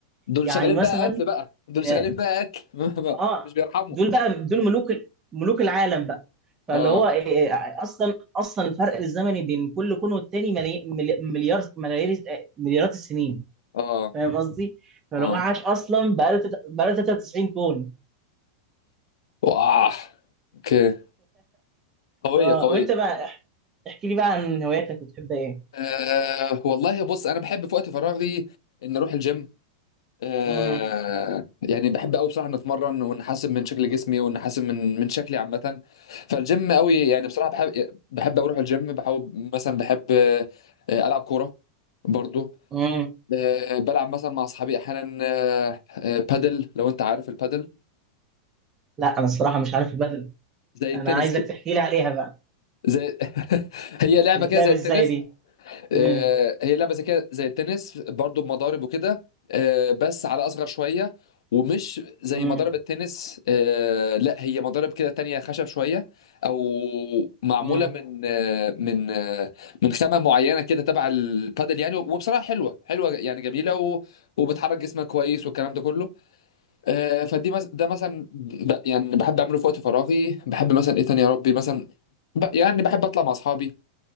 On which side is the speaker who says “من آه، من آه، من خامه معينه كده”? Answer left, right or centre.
Left